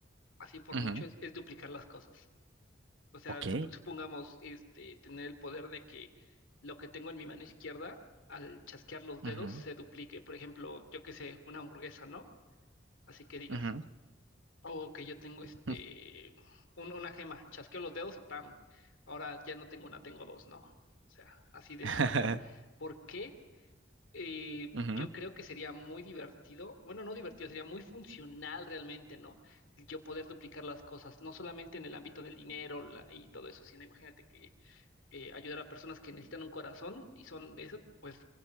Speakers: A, on the left; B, on the right.
A: así por
B: Ujú,
A: mucho, es, es duplicar las cosas. O sea,
B: Ok.
A: sup- supongamos, este, tener el poder de que lo que tengo en mi mano izquierda, al chasquear los dedos,
B: ujú,
A: se duplique. Por ejemplo, yo qué sé, una hamburguesa, ¿no? Así que digas.
B: ujú,
A: O que yo tengo este,
B: ujú,
A: un- una gema, chasqueo los dedos y ¡pam! Ahora ya no tengo una, tengo dos, ¿no? O sea, así de
B: <laughs>
A: esa manera. ¿Por qué? Eh,
B: ujú.
A: yo creo que sería muy divertido, bueno, no divertido, sería muy funcional realmente, ¿no? Yo poder duplicar las cosas, no solamente en el ámbito del dinero la- y todo eso, sino imagínate que eh, ayudar a personas que necesitan un corazón y son eso, pues